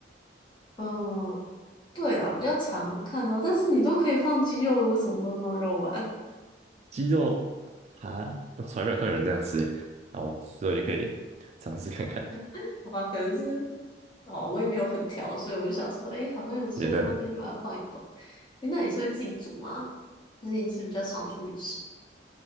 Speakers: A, on the left; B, on the right.
A: 嗯，对啦，比较常看到，但是你都可以放鸡肉，为什么不能放肉丸？
B: 鸡肉啊，我从来没有看有人这样吃耶。哦，所以你可以尝试看看。
A: <laughs> 好吧，可能是哦，我也没有很挑，所以我就想说，哎，好像有这些东西，
B: 也对了，
A: 你把它放一放。哎，那你是会自己煮吗？还是你是比较常出去吃？